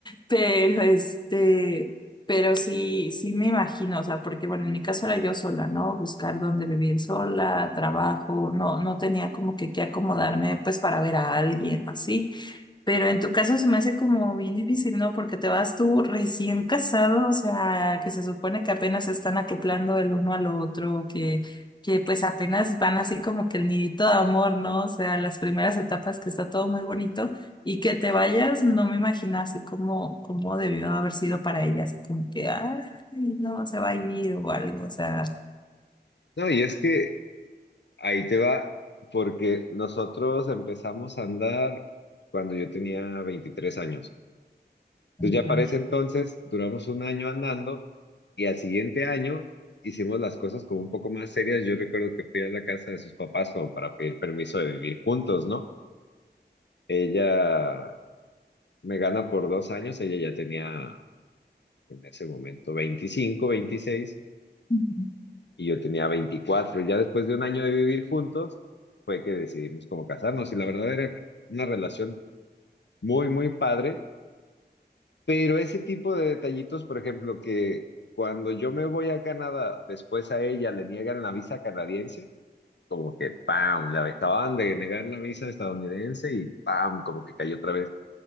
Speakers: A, on the left; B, on the left.
A: Pero este, pero sí, sí me imagino, o sea, porque bueno, en mi caso era yo sola, ¿no? Buscar dónde vivir sola, trabajo, no, no tenía como que que acomodarme pues para ver a alguien así. Pero en tu caso se me hace como bien difícil, ¿no? Porque te vas tú recién casado, o sea, que se supone que apenas se están acoplando el uno al otro, que, que pues apenas van así como que el nidito de amor, ¿no? O sea, las primeras etapas que está todo muy bonito y que te vayas, no me imagino así como, como debió haber sido para ella, así como que, ay, no, se va a ir o algo, o sea.
B: No, y es que ahí te va, porque nosotros empezamos a andar cuando yo tenía 23 años.
A: Ok.
B: Entonces ya para ese entonces duramos un año andando y al siguiente año hicimos las cosas como un poco más serias. Yo recuerdo que fui a la casa de sus papás como para pedir permiso de vivir juntos, ¿no? Ella me gana por dos años, ella ya tenía en ese momento 25 26
A: Ujú,
B: y yo tenía veinticuatro Ya después de un año de vivir juntos, fue que decidimos como casarnos y la verdad era una relación muy, muy padre, pero ese tipo de detallitos, por ejemplo, que cuando yo me voy a Canadá, después a ella le niegan la visa canadiense. Como que, ¡pam! Le acababan de negar la visa estadounidense y ¡pam! Como que cayó otra vez.